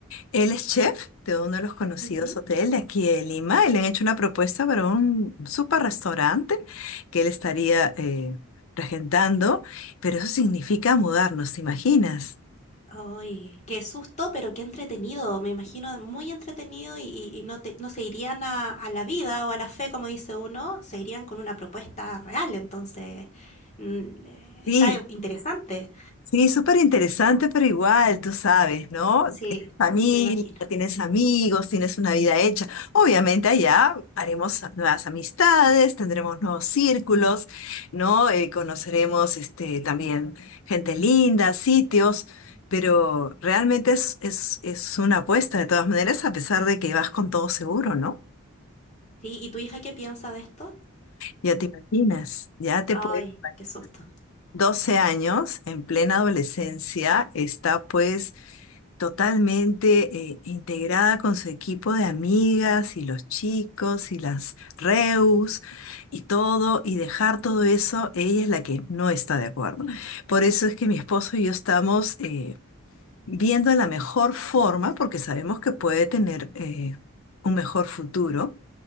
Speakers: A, on the left (about 65°); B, on the left (about 30°).
A: Él es chef de uno de los conocidos
B: Ujú.
A: hoteles de aquí de Lima y le han hecho una propuesta para un super restaurante que él estaría eh, regentando, pero eso significa mudarnos, ¿te imaginas?
B: Ay, qué susto, pero qué entretenido. Me imagino muy entretenido y, y- y no te- no se irían a, a la vida o a la fe, como dice uno, se irían con una propuesta real. Entonces, mm, eh,
A: Sí,
B: está interesante.
A: Sí, súper interesante, pero igual, tú sabes, ¿no?
B: Sí,
A: Tienes familia,
B: me imagino.
A: tienes amigos, tienes una vida hecha. Obviamente allá haremos nuevas amistades, tendremos nuevos círculos, ¿no? Eh, conoceremos este, también gente linda, sitios, pero realmente es, es, es una apuesta de todas maneras, a pesar de que vas con todo seguro, ¿no?
B: Sí, ¿y tu hija qué piensa de esto?
A: Ya te imaginas, ya te
B: Ay,
A: puedes... imaginar.
B: qué susto.
A: 12 años, en plena adolescencia, está pues totalmente eh, integrada con su equipo de amigas y los chicos y las reus y todo, y dejar todo eso, ella es la que no está de acuerdo. Por eso es que mi esposo y yo estamos eh, viendo la mejor forma, porque sabemos que puede tener eh, un mejor futuro,